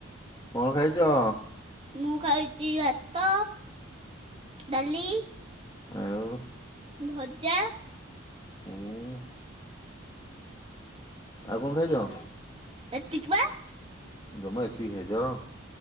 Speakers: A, on the left; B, on the right.
A: କ'ଣ ଖାଇଛ।
B: ମୁଁ ଖାଇଛି ଭାତ, ଡାଲି।
A: ଆଉ।
B: ଭଜା।
A: ହୁଁ। ଆଉ କଣ ଖାଇଛ?
B: ଏତିକ ବା।
A: ଜମା ଏତିକି ଖାଇଛ।